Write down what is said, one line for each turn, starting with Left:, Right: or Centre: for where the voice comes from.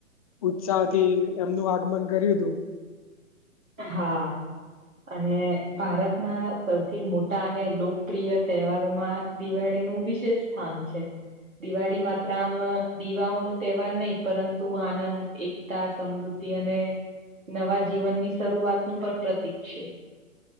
Left: ઉત્સાહથી એમનું આગમન કર્યું તું.
Right: હા. અને ભારતના સૌથી મોટા અને લોકપ્રિય તેહવારોમાં દિવાળી નું વિશેષ સ્થાન છે. દિવાળી માત્ર આમ દીવાઓ નો તેહવાર નહી પરંતુ આનંદ એકતા, સમૃદ્ધિ અને નવા જીવનની શરૂઆતનું પણ પ્રતીક છે.